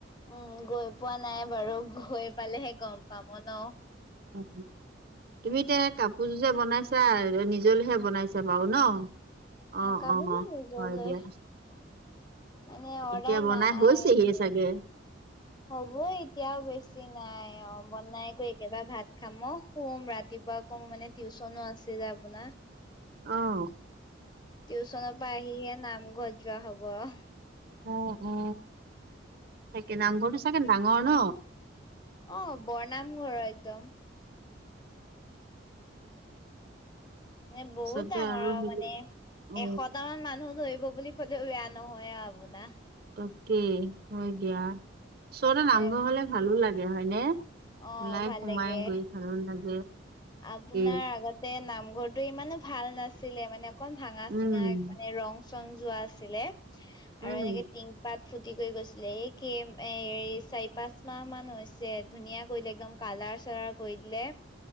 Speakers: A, on the left; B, on the right.
A: উম গৈ পোৱা নাই বাৰু গৈ পালেহে গম পাম ন?
B: অ তুমি এতিয়া কাপ পুজো যে বনাইছা নিজলৈহে বনাইছা বাৰু ন। অ
A: কাপোৰযোৰ
B: অ
A: নিজলৈ
B: হয় দিয়া।
A: মানে অৰ্ডাৰ
B: এতিয়া বনাই
A: নাই
B: হৈছেহিয়ে
A: এইকেইদিন
B: চাগে।
A: হ'ব এতিয়াও বেছি নাই অ বনাই একো। একবাৰে ভাত খাম শুম ৰাতিপুৱা কম মানে টিউচনো আছিল যে আপোনাৰ।
B: অহ।
A: টিউচনৰ পৰা আহিহে নামঘৰত যোৱা হব আৰু।
B: অ উ সেকে নামঘৰটো চাগে ডাঙৰ ন।
A: অ ব নামঘৰ একদম। এ বহুত
B: পিছতে
A: ডাঙৰ আৰু
B: হেৰি
A: মানে
B: অ
A: এশট মান মানুহ ধৰিব বুলি ক'লেও বেয়া নহয় আৰু। হবলা।
B: কি হয় দিয়া ওচৰতে নামঘৰ
A: এ
B: হলে ভালো লাগে হয়নে
A: অ
B: ওলাই
A: ভাল
B: সোমাই
A: লাগে
B: গৈ ভালো লাগে
A: আপোনাৰ
B: এ
A: আগতে নামঘৰটো ইমানো ভাল নাছিলে মানে কম ভাঙা
B: উম
A: চিঙা মানে ৰং চং যোৱা আছিলে আৰু
B: উম
A: এনেকে টিং পাত ফু্তি কৰি গৈছিলে এই কেম এ চাৰি পাঁচ মাহ মান হৈছে ধুনীয়া কৰিলে একদম কালা ৰ চালাৰ কৰি দিলে